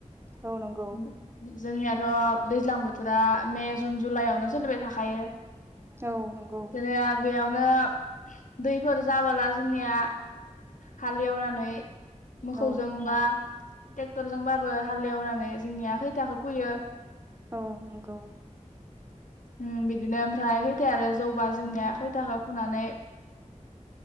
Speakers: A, on the right; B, on the left.
A: औ नंगौ
B: <unintelligible> जोंनियाथ' दैज्लां बोथोरा मे जुन जुलाइआवनो सोलिबाय थाखायो
A: औ नंगौ
B: जेनेबा बेयावनो दैफोर जाबोला जोंनिया हालेवनानै मोखौजों
A: औ
B: बा टेक्टरजोंबाबो हालेवनानै जोंनिया खैथाखो फोयो
A: औ नंगौ
B: उम बिदिनो ओमफ्राय खैथाया आरो जौबा जोंनिया खैथाखौ फुनानै